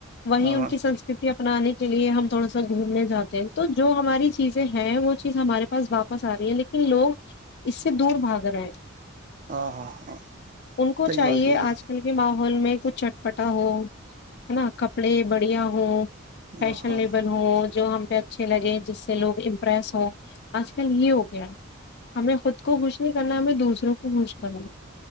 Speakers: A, on the left (about 50°); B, on the right (about 35°).
A: وہیں
B: ہاں
A: ان کی سنسکرتی اپنانے کے لیے ہم تھوڑا سا گھومنے جاتے ہیں تو جو ہماری چیزیں ہیں وہ چیز ہمارے پاس واپس آ رہی ہے لیکن لوگ اس سے دور بھاگ رہے ہیں
B: ہاں ہاں ہاں
A: ان کو
B: صحیح
A: چاہیے
B: بات بولی
A: آج کل کے ماحول میں کچ چٹپٹا ہو ہے نا کپڑے بڑھیا ہو فیشنیبل
B: ہاں ہاں
A: ہو جو ہم پہ اچھے لگے ہیں جس سے لوگ امپریس ہو آج کل یہ ہو گیا ہمیں خود کو خوش نہیں کرنا ہمیں دوسروں کو خوش کرنا